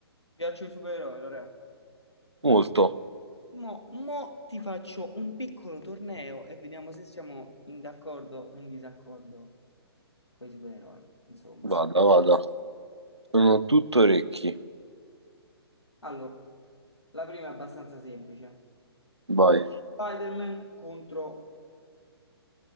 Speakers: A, on the left (about 85°); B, on the right (about 85°).
A: Ti piacciono i supereroi, Lore?
B: Molto.
A: Mo, mo ti faccio un piccolo torneo e vediamo se siamo in d'accordo o in disaccordo con i supereroi. Insomma,
B: Vada,
A: dai.
B: vada. Sono tutto orecchi.
A: Allora, la prima è abbastanza semplice.
B: Vai.
A: Spider-Man contro